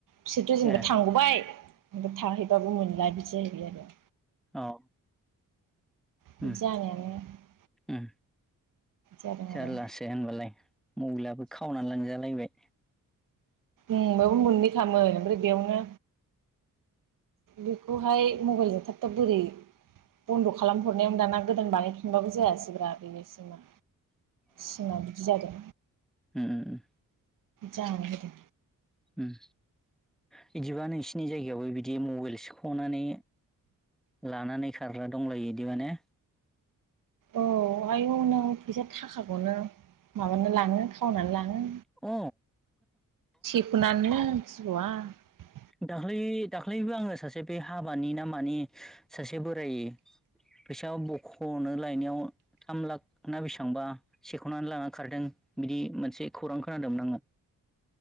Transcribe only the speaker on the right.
बिसोरथ' जेनेबा
थांगबाय थाहैबाबो मोनला बिदि जाहैबाय आरो
बिदि
जानायानो बिदि
जादों
आरो
ओम बेबो मोननै खामोन ओमफ्राय बेयावनो बेखौहाय मबाइल जाथारथा बोरै बन्द' खालामहरनायाव दाना गोदान बानायफिनबाबो जायासैगब्रा बेनोसैमा सिम बिदि जादों
जालांदों
औ आयौ नों फैसा थाखाखौनो माबानानै लाङो खावनानै लाङो
दुखुनानैनो फिग <inaudible>